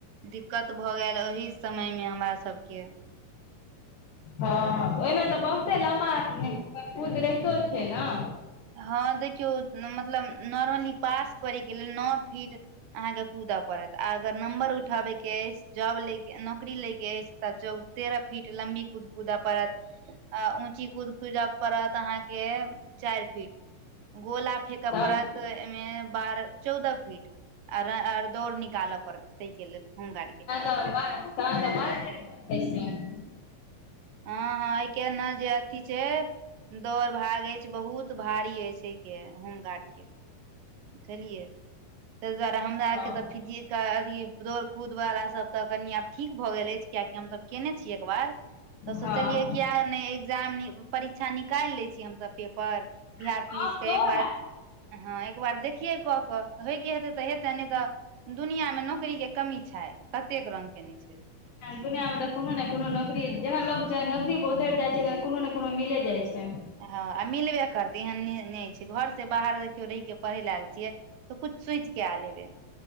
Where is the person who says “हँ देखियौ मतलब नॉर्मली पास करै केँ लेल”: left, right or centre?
Right